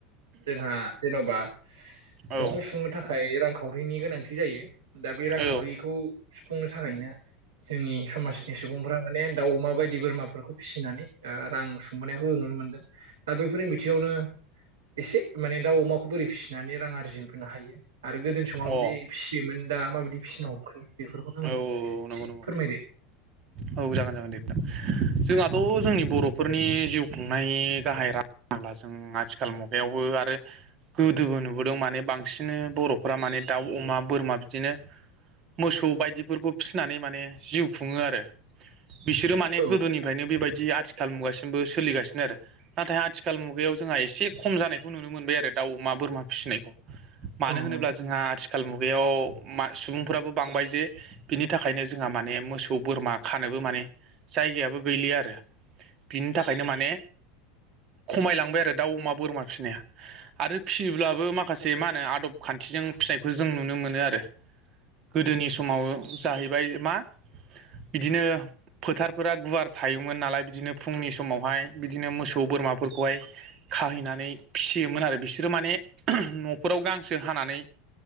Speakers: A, on the right (about 70°); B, on the right (about 35°).
A: जोंहा जेन'बा
B: औ
A: न'खर सुंनो थाखाय रांखावरिनि गोनांथि जायो दा बे रांखावरिखौ
B: औ
A: सुफुंनो थाखायनो जोंनि समाजनि सुबुंफोरा <unintelligible> दाउ अमा बायदि बोरमाफोरखौ फिसिनानै ओ रां सुंबोनायखौ जों नुनो मोनदों। दा बैफोरनि बिथिङावनो एसे माने दाउ अमाखौ बोरै फिसिनानै रां आरजिफिननो हायो आरो गोदोनि समाव माबादि
B: औ
A: फिसियोमोन दा माबायदि फिसिनो हमखो बेफोरखौनो माने
B: अ औ
A: एसे
B: नंगौ नंगौ
A: फोरमायदो।
B: औ जागोन जागोन दे नोंथां। जोंहाथ' जोंनि बर' फोरनि जिउ खुंनाय गाहाय राहा होनोब्ला जों आथिखाल मुगायावबो आरो गोदोबो नुबोदों माने बांसिन बर'फोरा माने दाउ, अमा, बोरमा बिदिनो मोसौ बायदिफोरबो फिनानै माने जिउ खुङो आरो बिसोर माने
A: औ
B: गोदोनि फ्रायनो बेबायदि आथिखाल मुगासिमबो सोलिगासिनो आरो। नाथाय आथिखाल मुगायाव जोंहा एसे खम जानायखौ नुनो मोनबाय आरो दाउ, अमा, बोरमा फिसिनायखौ। मानो
A: औ
B: होनोब्ला
A: नंगौ
B: जोंहा आथिखाल मुगायाव मा सुबुंफोराबो बांबाय जे बिनि थाखायनो जोंहा माने मोसौ बोरमा खानोबो माने जायगायाबो गैलिया आरो। बिनि थाखायनो माने खमायलांबाय आरो दाउ अमा बोरमा फिनाया। आरो फिसियोब्लाबो माखासे से मा होनो आदब खान्थिजों फिसिनायखौ जों नुनो मोनो आरो गोदोनि समाव जाहैबाय मा बिदिनो फोथारफोरा गुवार थायोमोन नालाय बिदिनो फुंनि समावहाय बिदिनो मोसौ बोरमाफोरखौहाय खाहैनानै फिसियोमोन आरो बिसोरो माने न'फोराव गांसो हानानै